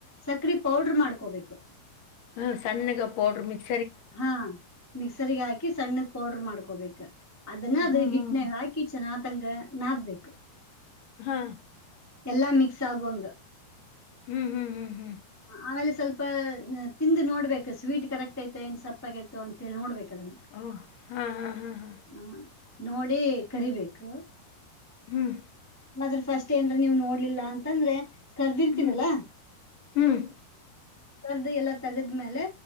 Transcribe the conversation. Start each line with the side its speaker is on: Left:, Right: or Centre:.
Centre: ಸಕ್ರಿ ಪೌಡರ್ ಮಾಡ್ಕೋಬೇಕು.
Left: ಹ ಸಣ್ಣಗ ಪಡ್ರ ಮಿಕ್ಸ್.
Centre: ಹಾ ಮಿಕ್ಸರ್ ಹಾಕಿ ಸಣ್ಣ ಪೌಡರ್ ಮಾಡ್ಕೊ. ಕೊಬೇಕ. ಅದನ್ನ ಅದು
Left: ಹ್ಮ್
Centre: ಹಿಟ್ನಾಗ
Left: ಹ್ಮ್
Centre: ಹಾಕಿ ಚೆನ್ನಾಗಿ. ತಂಗ ನಾದ್ಬೇಕು.
Left: ಹಾ
Centre: ಎಲ್ಲಾ ಮಿಕ್ಸ್ ಆಗುವಂಗ.
Left: ಹ್ಮ್ ಹ್ಮ್ ಹ್ಮ್ ಹ್ಮ್
Centre: ಆಮೇಲೆ. ಸ್ವಲ್ಪ ತಿಂದು ನೋಡ್ಬೇಕು ಸ್ವೀಟ್ ಕರೆಕ್ಟ್ ಐತಿ ಏನ್ ಸಪ್ಪ ಆಗೈತ ಅಂತ ಹೇಳಿ ನೋಡ್ಬೇಕು. ಅದನ್ನ
Left: ಓ ಹಾ ಹಾ ಹಾ ಹಾ.
Centre: ಆ, ನೋಡಿ. ಕರಿಬೇಕು.
Left: ಹ್ಮ್
Centre: ಆದ್ರ ಫಸ್ಟ್ ಏನ್ರ ನೀವು ನೋಡ್ಲಿಲ್ಲ ಅಂದ್ರ. ಅಂತಂದ್ರೆ ಕರ್ದಿರ್ತೀರಲ್ಲ
Left: ಹ್ಮ್ ಹ್ಮ್.
Centre: ಕರ್ದು ಎಲ್ಲಾ ತಗದ್ಮೇಲೆ.